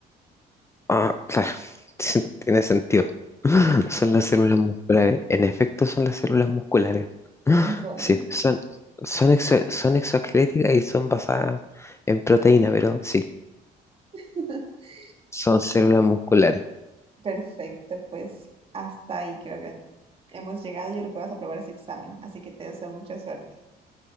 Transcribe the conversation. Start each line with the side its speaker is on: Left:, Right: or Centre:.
Left: Ah, claro, <laughs> tiene sentido. Son las células musculares. En efecto, son las células musculares.
Right: Bueno,
Left: Sí, son, son, exo- son exoesqueléticas y son basadas en proteína, pero sí,
Right: <laughs>
Left: son células musculares.
Right: perfecto, pues hasta ahí creo que hemos llegado. Yo creo que vas a probar ese examen, así que te deseo mucha suerte.